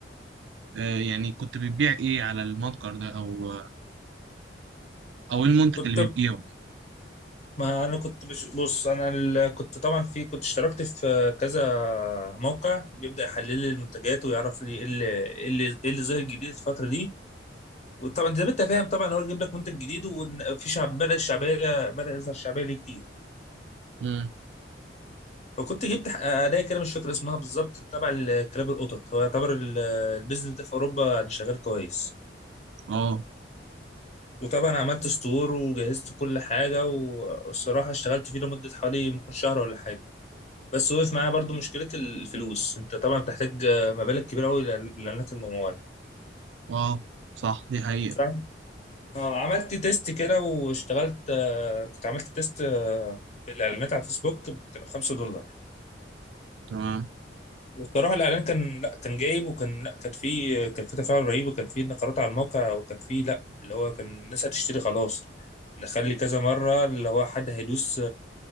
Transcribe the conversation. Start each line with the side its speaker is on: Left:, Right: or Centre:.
Right: آه، يعني كنت بتبيع ايه على المتجر ده او آه، او ايه المنتج
Left: كنت
Right: اللي بتبيعه
Left: ما انا كنت بش... بص انا ال... كنت طبعا في كنت اشتركت في كذا موقع بيبدا يحلل لي المنتجات ويعرف لي ايه اللي ايه اللي إيه اللي ظاهر جديد الفتره دي وطبعا زي ما انت فاهم طبعا هو يجيب لك منتج جديد وفي شعب بدا الشعبيه بدا يظهر شعبيه ليه كتير
Right: امم
Left: فكنت جبت ح- اداه كده مش فاكر اسمها بالظبط تبع ال- كلاب القطط هو يعتبر ال- البيزنس ده في اوروبا يعني شغال كويس
Right: اه
Left: وطبعا عملت ستور وجهزت كل حاجة والصراحة اشتغلت فيه لمدة حوالي ممكن شهر ولا حاجة بس وقف معايا برضو مشكلة الفلوس انت طبعا بتحتاج مبالغ كبيرة قوي لإعلانات الممول
Right: اه صح دي حقيقة
Left: فعم- اه عملت تيست كده واشتغلت آه، كنت عملت تيست آه، في الإعلانات على الفيسبوك كانوا 5 دولار
Right: تمام
Left: والصراحة الإعلان كان لا كان جايب وكان لا كان فيه كان فيه تفاعل رهيب وكان فيه نقرات على الموقع وكان فيه لا اللي هو كان الناس هتشتري خلاص نخلي كذا مرة اللي هو حد هيدوس